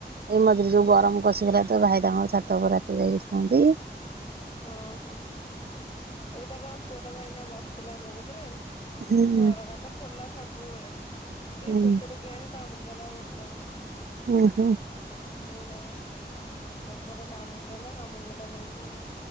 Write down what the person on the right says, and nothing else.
ଏଇ ମଝିରେ ଯୋଉ ଗରମ କଷିକି ହେଲା ତ ଭାଇ ତାଙ୍କର ଛାତ ଉପରେ ରାତି ଯାଇକି ଶୁଅନ୍ତି।
ହୁଁ।
ହୁଁ
ଉଁ ହୁଁ।